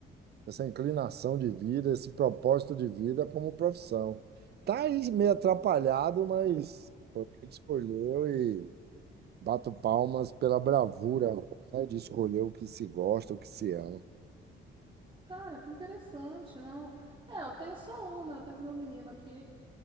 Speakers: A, on the right (about 55°); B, on the right (about 25°).
A: essa inclinação de vida, esse propósito de vida como profissão. Tá aí meio atrapalhado, mas foi o que ele escolheu e bato palmas pela bravura, né, de escolher o que se gosta, o que se ama.
B: Cara, que interessante, não? É, eu tenho só um, né? Eu tenho meu menino aqui.